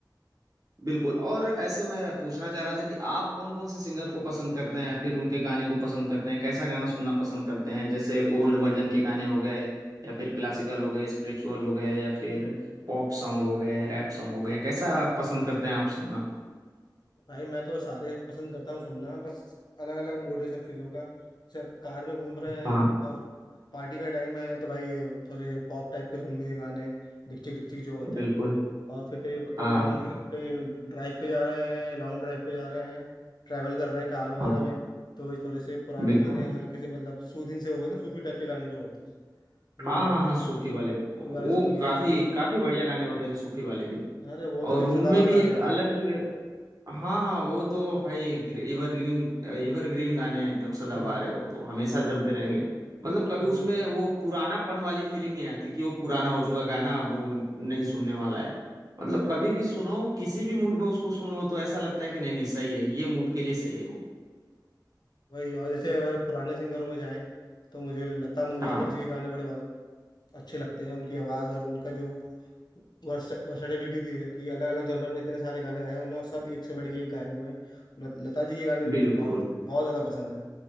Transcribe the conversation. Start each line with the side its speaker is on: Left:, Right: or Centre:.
Right: बिल्कुल और ऐसे मैं पूछना चाह रहा था कि आप कौन कौन से सिंगर को पसंद करते हैं या फिर उनके गाने को पसंद करते हैं कैसा गाना सुनना पसंद करते हैं जैसे ओल्ड वर्जन के गाने हो गए या फिर क्लासिकल हो गए स्पिरिचुअल हो गए या फिर पॉप सॉन्ग हो गए रैप सॉन्ग हो गए कैसा पसंद करते हैं आप सुनना
Left: भाई मैं तो सारे पसंद करता हूँ सुनना बस अलग अलग मूड है सब चीज़ों का सब कार में घूम रहे
Right: हाँ
Left: हैं और पार्टी का टाइम है तो भाई थोड़े पॉप टाइप के सुन लिए गाने डिक्चिक डिक्चिक जो होते
Right: बिल्कुल
Left: हैं और फिर कहीं कभी
Right: हाँ
Left: लॉन्ग
Right: हाँ
Left: ट्रिप कहीं ड्राइव पे जा रहे हैं लॉन्ग ड्राइव पे जा रहे हैं ट्रैवल कर रहे हैं कार वगैरह
Right: हाँ
Left: में तो वही थोड़े से पुराने
Right: बिल्कुल
Left: गाने हल्के से मतलब सूदिंग से हो गए ना सूफी टाइप के गाने जो होते हैं वो
Right: हाँ
Left: गाने
Right: हाँ हाँ सूफी वाले
Left: वो गाने
Right: वो
Left: सुन लिए
Right: काफी
Left: फिर
Right: काफी बढ़िया गाने होते हैं सूफी वाले भी
Left: अरे वो
Right: और
Left: तो फिर
Right: उनमें
Left: सदाबहार
Right: भी
Left: गाने
Right: एक
Left: हैं
Right: अलग
Left: ना वो तो।
Right: की हाँ हाँ वो तो भाई एवरग्रीन एवरग्रीन गाने हैं एकदम सदाबहार
Left: हम्म
Right: है वो तो हमेशा चलते रहेंगे मतलब कभी
Left: बिल्कुल
Right: उसमें वो पुरानापन वाली फीलिंग नहीं आती कि वो पुराना हो चुका गाना अब वो नहीं सुनने वाला है मतलब कभी भी सुनो किसी भी मूड में उसको सुन लो तो ऐसा लगता है कि नहीं नहीं सही है ये मूड के लिए सही है वो
Left: वही और जैसे अगर पुराने सिंगरों में जाएं तो मुझे लता मंगेशकर
Right: हाँ
Left: जी के गाने बड़े वा- अच्छे लगते हैं उनकी आवाज़ और उनका जो वर्सेटिलिटी थी कि अलग अलग जॉनर में इतने सारे गाने गाए उन्होंने और सब एक से बढ़ के एक गाए हुए हैं तो लत- लता जी के गाने भी मुझे
Right: बिल्कुल
Left: बहुत बहुत ज़्यादा पसंद है